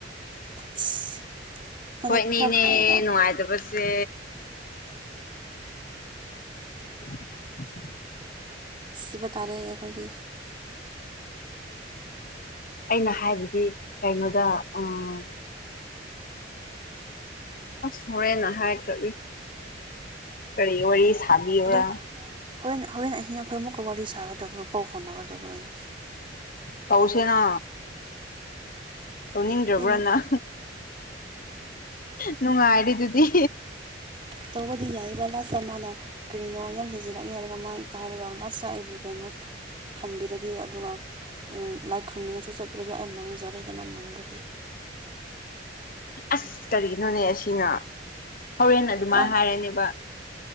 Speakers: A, on the right (about 30°); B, on the left (about 50°).
A: ꯏꯁ ꯅꯪꯗꯤ
B: ꯈꯣꯏꯑꯅꯤꯅꯦ
A: ꯈꯔ ꯐꯔꯦꯗ
B: ꯅꯨꯡꯉꯥꯏꯇꯕꯁꯦ <inaudible>
A: ꯁꯤꯕ ꯇꯥꯔꯦ ꯑꯩꯈꯣꯏꯗꯤ
B: ꯑꯩꯅ ꯍꯥꯏꯕꯗꯤ ꯀꯩꯅꯣꯗ ꯑꯥ ꯑꯁ ꯍꯣꯔꯦꯟꯅ ꯍꯥꯏꯈ꯭ꯔꯒꯦ ꯀꯔꯤ ꯋꯥꯔꯤ ꯁꯥꯕꯤꯌꯨꯔꯥ
A: ꯑꯗꯣ ꯍꯣꯔꯦꯟ ꯍꯣꯔꯦꯟ ꯑꯍꯤꯡ ꯑꯩꯈꯣꯏ ꯑꯃꯨꯛꯀ ꯋꯥꯔꯤ ꯁꯥꯒꯗꯕ꯭ꯔꯣ ꯄꯥꯎ ꯐꯥꯎꯅꯒꯗꯕ꯭ꯔꯣꯅꯦ
B: ꯇꯧꯁꯦꯅꯥ ꯇꯧꯅꯤꯡꯗ꯭ꯔꯕ꯭ꯔ
A: ꯑꯩꯅ
B: ꯅꯪ ꯅꯨꯡꯉꯥꯏꯔꯤꯗꯨꯗꯤ
A: ꯇꯧꯕꯗꯤ ꯌꯥꯏꯕ ꯂꯥꯁꯇ ꯃꯥꯅ ꯀꯔꯤꯅꯣ ꯌꯥꯝ ꯍꯦꯟꯖꯤꯜꯂꯛꯑꯦ ꯍꯥꯏꯔꯒ ꯃꯥ ꯏꯀꯥꯏꯔꯒ ꯂꯥꯁꯇ ꯑꯩꯕꯨ ꯀꯩꯅꯣ ꯊꯝꯕꯤꯔꯗꯤ ꯑꯗꯨꯒ ꯎꯝ ꯂꯥꯏ ꯈꯨꯔꯨꯝꯅꯤꯡꯉꯁꯨ ꯆꯠꯇ꯭ꯔꯗꯤ ꯑꯩ ꯃꯥꯡꯖꯔꯦꯗꯅ ꯃꯪꯕꯗꯤ
B: ꯑꯁ ꯀꯔꯤꯅꯣꯅꯦ ꯑꯁꯤꯅ ꯍꯣꯔꯦꯟ ꯑꯗꯨꯃꯥꯏꯟ
A: ꯃꯥ
B: ꯍꯥꯏꯔꯅꯤꯕ